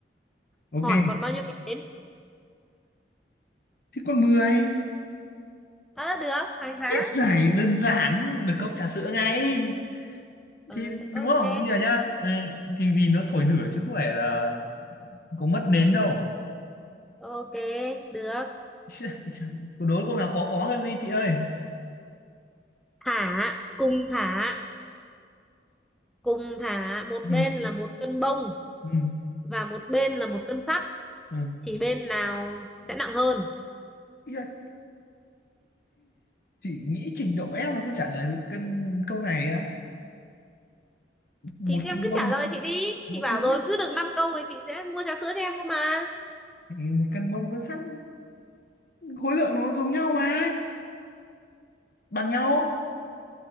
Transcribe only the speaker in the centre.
hỏi còn bao nhiêu cây đến
à, được hàng há
ừ,
ok
ok được
thả cùng thả cùng thả một
bên là một cân bông
và một bên là một cân sắt
thì bên nào sẽ nặng hơn
thì em
cứ
trả lời chị đi
chị bảo
rồi cứ được 5 câu thì chị sẽ mua trà sữa cho em cơ mà